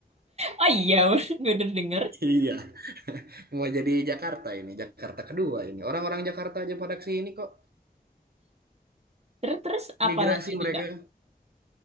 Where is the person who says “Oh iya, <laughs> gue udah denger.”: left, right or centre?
Right